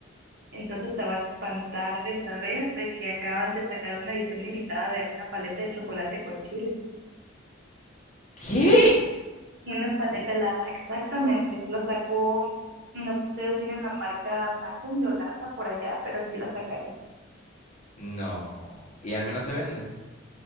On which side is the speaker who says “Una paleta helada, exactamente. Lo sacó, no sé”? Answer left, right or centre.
Right